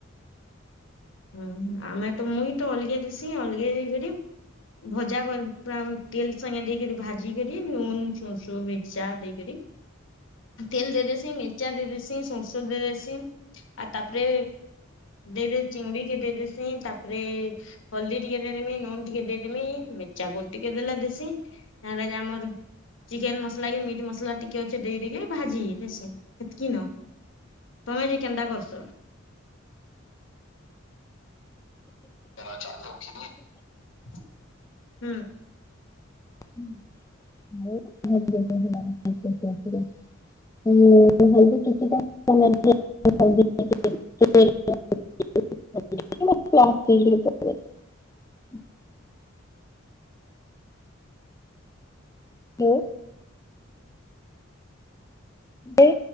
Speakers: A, on the left; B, on the left.
A: ହୁଁ ଆମେ ତ ମୁଇ ହିଁ ତ ଅଲଗା ଦେସି ଅଲଗା ଦେଇକରି ଭଜା କରି ପୁର ତେଲ ସାଙ୍ଗେ ଦେଇକ ଭାଜି କରି ଲୁନ ସୋର୍ସୁ ମିର୍ଚା ଦେଇକରି ତେଲ ଦେଇଦ ସେ ମିର୍ଚା ଦେଇଦେସି ସୋସ ଦେଇଦସି ଆଉ ତାପରେ ଦେଇଦ ଚିଙ୍ଗୁଡିିକେ ଦେଇଦସି ତାପରେ ହଳଦୀ ଟିକେ ଦେଇଦମି ନୁନ ଟିକେ ଦେଇଦମି ମିର୍ଚାାଗୁଣ୍ଡ ଟିକେ ଦେଲେ ଦେସି ତାହେଲେ ଯେ ଆମର ଚିକେନ ମସଲା କି ମିଟ୍ ମସଲା ଟିକେ ଅଛିେ ଦେଇ ଦେଇକି ଭାଜି ଦେସି ସେତିକ ନ ତମେ ଯେ କେନ୍ତା କରସ କନା ଚାନ୍ତ କିଁ ହୁଁ।।
B: <inaudible> ହୁଁ ସେ